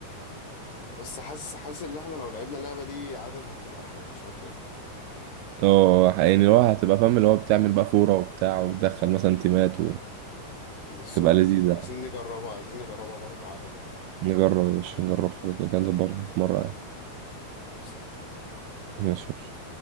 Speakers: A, on the left; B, on the right.
A: بص حاسس حاسس ان احنا لو لعبنا اللعبة دي عدد هتبقى احلى مش عارف ليه
B: اه يعني اللي هو هتبقى فاهم اللي هو بتعمل بقى فورة وبتاع وتدخل مثلا تيمات
A: بالظبط
B: وتبقى لذيذة
A: عايزين نجربها عايزين نجربها برضو عدد آه،
B: نجرب مش
A: تبقى حلو
B: نجرب حاجة كده نظبطها في مرة يعني
A: خلاص
B: ماشي